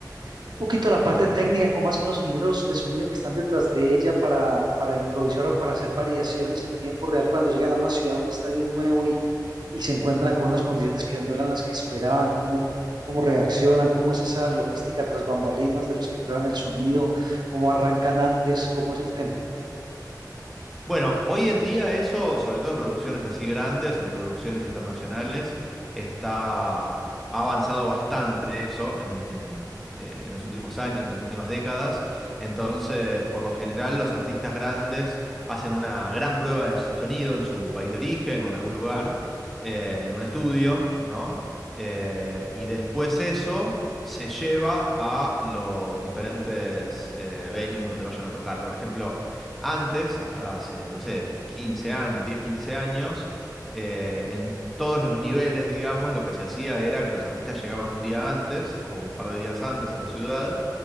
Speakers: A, on the right; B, in the centre.
A: un poquito la parte técnica, cómo hacen los ingenieros de sonido que están detrás de ella para, para improvisar o para hacer variaciones en tiempo real cuando llegan a una ciudad, a un estadio nuevo y, y se encuentran con unas condiciones que no eran las que esperaban, cómo, cómo reaccionan, cómo es esa logística tras bambalinas de los que prueban el sonido, cómo arrancan antes, cómo es el tema.
B: Bueno, hoy en día eso, sobre todo en producciones así grandes, en producciones internacionales, está, ha avanzado bastante eso en, en, eh, en los últimos años, en las últimas décadas. Entonces, por lo general, los artistas grandes hacen una gran prueba de sonido en su país de origen o en algún lugar, eh, en un estudio, ¿no? Eh, y después eso se lleva a los diferentes eh, venues donde vayan a tocar. Por ejemplo, antes, hasta hace, no sé, 15 años, 10, 15 años, eh, en todos los niveles, digamos, lo que se hacía era que los artistas llegaban un día antes o un par de días antes a la ciudad